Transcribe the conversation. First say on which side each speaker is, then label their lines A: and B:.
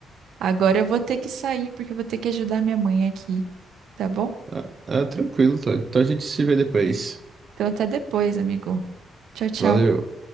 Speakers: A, on the right; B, on the right.
A: Agora eu vou ter que sair porque eu vou ter que ajudar minha mãe aqui, tá bom?
B: Ah, ah, tranquilo, Todd. Então a gente se vê depois.
A: Então até depois, amigo. Tchau, tchau.
B: Valeu.